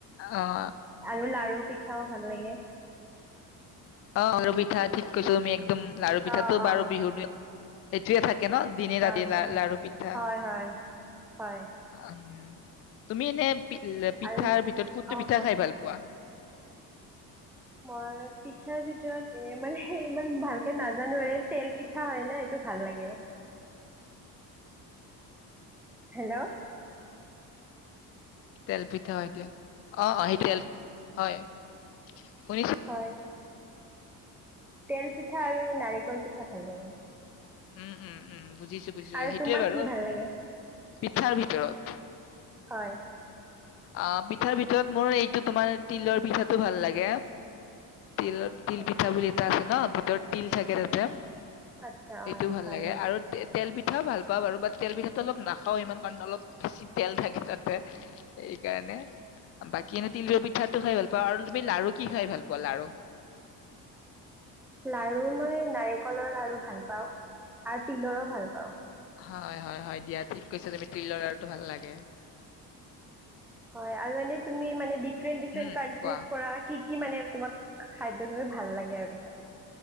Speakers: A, on the left (about 30°); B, in the centre.
A: অ',
B: আৰু লাৰু পিঠাও ভাল লাগে।
A: অ আৰু পিঠা ঠিক কৈছা তুমি একদম। লাৰু পিঠাটো
B: অ
A: বাৰু
B: অ
A: বিহুৰ দিনত এইটোৱেই থাক কেন দিনে
B: হয়
A: ৰাতি লা
B: হয়
A: লাৰু পিঠা।
B: হয় হয় হয়
A: অম তুমি এনে পিল্লে পিঠাৰ
B: আৰু
A: ভিতৰত কোনটো
B: অ
A: পিঠা
B: কোৱা
A: খাই ভাল পোৱা?
B: মই পিঠাৰ ভিতৰত, এ মানে ইমান ভালকে নাজানো আৰু তেল পিঠা হয় না এইটো ভাল লাগে। হেল্ল?
A: তেলপিঠা হয় দিয়া, অ অ হেই, তেল, হয়। শুনিছো
B: হয়। তেল পিঠা আৰু নাৰিকল পিঠা ভাল লাগে।
A: উম উম উম বুজিছো বুজিছো
B: আৰু
A: সেইটোৱে
B: তোমাক
A: বাৰু
B: কি ভাল লাগে
A: পিঠাৰ ভিতৰত?
B: হয়
A: অ পিঠাৰ ভিতৰত মোৰ এইটো তোমাৰ- তিলৰ পিঠাটো ভাল লাগে। তিলৰ
B: আচ্ছা
A: তিল পিঠা বুলি এটা আছে ন ভিতৰত তিল থাকে তাতে।
B: আচ্ছা হয়
A: সেইটো ভাল
B: হয়
A: লাগে
B: হয়
A: আৰু তেল পিঠাও ভাল পাওঁ বাৰু বাত তেল পিঠাটো অলপ নাখাওঁ ইমান কাৰণে অলপ বেছি তেল থাকে তাতে সেইকাৰণে। বাকী
B: আচ্ছা
A: এনে তিলৰ পিঠাতটো খাই ভাল পাওঁ আৰু তুমি লাৰু কি খাই ভাল পোৱা? <unintelligible> আৰু
B: লাৰু মই নাৰিকলৰ লাৰু ভাল পাওঁ আৰু তিলৰো ভাল পাওঁ।
A: হয় হয় হয় দিয়া ঠিক কৈছা তুমি তিলৰ লাৰুটো ভাল লাগে।
B: হয় আৰু এনেই তুমি মানে ডিফাৰেণ্ট-ডিফাৰেণ্ট
A: উম
B: কানট্ৰিজ
A: কোৱা
B: পৰা কি কি মানে তোমাক, খাদ্য তুমি ভাল লাগে আৰু তোমাক